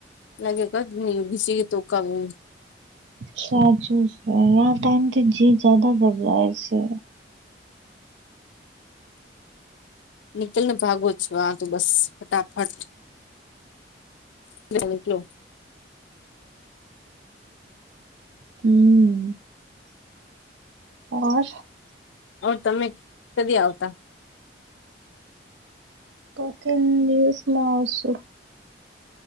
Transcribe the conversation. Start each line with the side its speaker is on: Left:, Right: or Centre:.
Left: લાગે ક ઘ ઘીસીયે તોકાઉ
Right: સાચું છે ટાઈમ તો જી જદ ઘટરાાય છે.
Left: નખિલ ને ભાગો છ, આ તું બસ ફટાફટ <inaudible>
Right: હમ્મ ઓર
Left: હ તમે કદી આવતા
Right: કફિંગ ન્યૂઝમાં આવશુ